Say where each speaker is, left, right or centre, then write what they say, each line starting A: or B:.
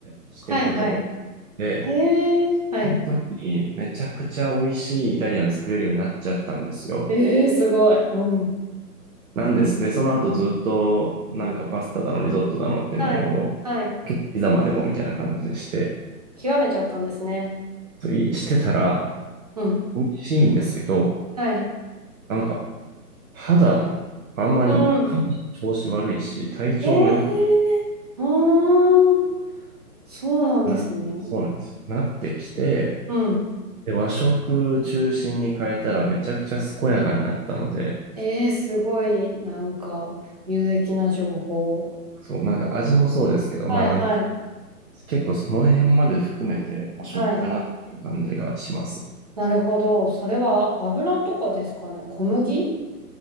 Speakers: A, on the right; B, on the right.
A: トしていたこと
B: はい、はい。
A: で、
B: ええ、はい。
A: その時にめちゃくちゃ美味しいイタリアン作れるようになっちゃったんですよ。
B: ええ、すごい。うん。
A: なんです。で、その後ずっとなんかパスタだの、リゾットだのっていうのを、
B: はい、はい。
A: 時々ピザまでもみたいな感じでして、
B: 極めちゃったんですね。
A: そういしてたら
B: うん。
A: 美味しいんですけど、
B: はい。
A: なんか肌と、あんまり肌の調子悪いし、
B: うん。
A: 体調も良く
B: ええ、うーん。そうなんですね。
A: な、そうなんですよ。なってきて、
B: うん。
A: で、和食中心に変えたらめちゃくちゃ健やかになったので、
B: ええ、すごい、なんか、有益な情報。
A: そう、なんか味もそうですけど、
B: はい、
A: まあなんか
B: はい。
A: 結構その辺まで含めて和食かなっていう感じがします。
B: はい。なるほど。それは油とかですかね。小麦